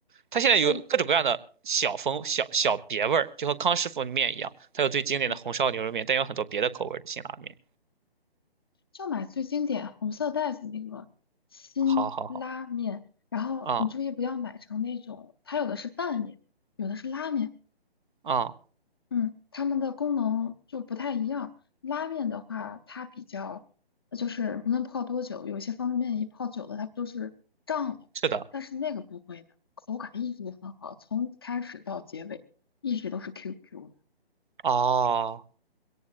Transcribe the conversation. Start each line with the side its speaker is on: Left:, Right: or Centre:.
Right: 它现在有各种各样的小风小小别味儿，
Left: 对，
Right: 就和康师傅面一样，它有最经典的红烧牛肉面，
Left: 嗯
Right: 但有很多别的口味儿的辛拉面。
Left: 就买最经典红色袋子那个新拉面，
Right: 好好好，
Left: 然后你注意不要买成那种，
Right: 啊、
Left: 它有的是拌面，有的是拉面，
Right: 啊、
Left: 嗯，它们的功能就不太一样。拉面的话，它比较呃就是无论泡多久，有些方便面一泡久了它不就是胀了，
Right: 是的，
Left: 但是那个不会的，口感一直很好，从开始到结尾一直都是 QQ 的。
Right: 哦，